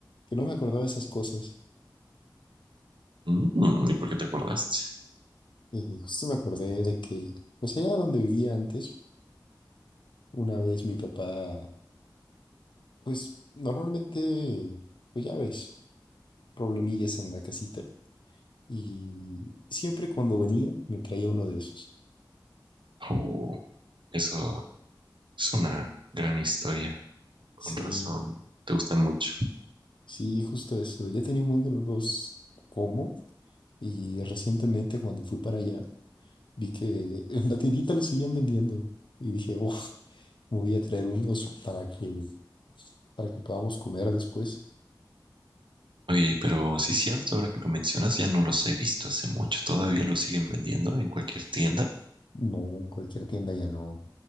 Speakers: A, on the left; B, on the right.
A: que no me acordaba de esas cosas.
B: Mm, ¿y por qué te acordaste?
A: Y justo me acordé de que, pues allá donde vivía antes, una vez mi papá, pues normalmente, pues ya ves, problemillas en la casita. Y siempre cuando venía me traía uno de esos.
B: Oh, eso es una gran historia. Con
A: Sí,
B: razón, te gustan mucho.
A: Sí, justo eso. Ya tenía un buen que no los como y recientemente cuando fui para allá vi que <laughs> en la tiendita los seguían vendiendo y dije, oh, <laughs> me voy a traer unos para que, para que podamos comer después.
B: Oye, pero sí es cierto, ahora que lo mencionas, ya no los he visto hace mucho. ¿Todavía los siguen vendiendo en cualquier tienda?
A: No, en cualquier tienda ya no.